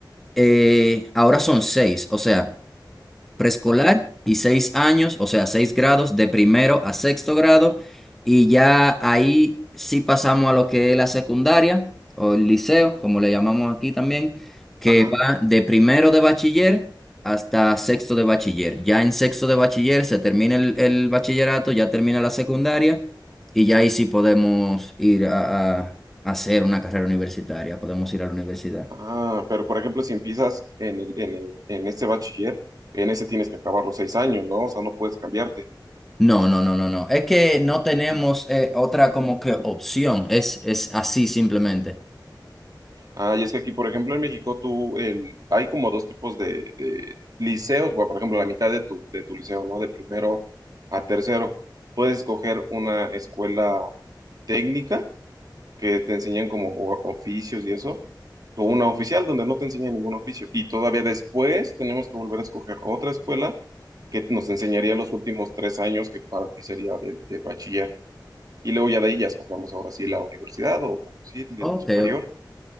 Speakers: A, in the centre; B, on the right.
A: Eh, ahora son seis, o sea, preescolar
B: Ajá,
A: y seis años, o sea, seis grados de primero a sexto grado, y ya ahí sí pasamos a lo que es la secundaria o el liceo, como le llamamos aquí también, que
B: ajá.
A: va de primero de bachiller hasta sexto de bachiller. Ya en sexto de bachiller se termina el, el bachillerato, ya termina la secundaria, y ya ahí sí podemos ir a, a a hacer una carrera universitaria, podemos ir a la universidad.
B: Ah, pero por ejemplo, si empiezas en el, en el- en este bachiller, en ese tienes que acabar los 6 años, ¿no? O sea, no puedes cambiarte.
A: No, no, no, no, no. Es que no tenemos eh, otra como que opción. Es, es así simplemente.
B: Ah, y es que aquí, por ejemplo, en México, tú, el, hay como dos tipos de, de liceos, bueno, por ejemplo, la mitad de tu, de tu liceo, ¿no? De primero a tercero. Puedes escoger una escuela técnica que te enseñan como o- oficios y eso, o una oficial donde no te enseñan ningún oficio. Y todavía después tenemos que volver a escoger otra escuela que nos enseñaría los últimos tres años que para ti sería del, del bachiller. Y luego ya de ahí ya escogemos ahora sí la universidad o, o sí, de
A: Ok.
B: superior.
A: ok.